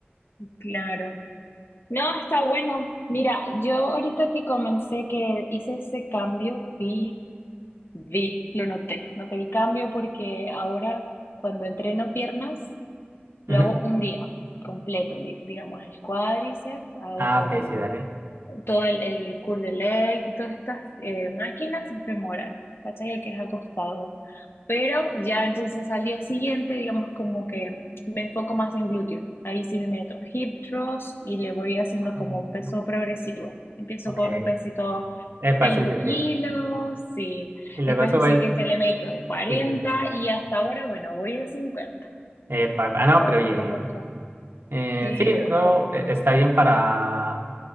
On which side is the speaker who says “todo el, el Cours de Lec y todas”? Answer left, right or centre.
Left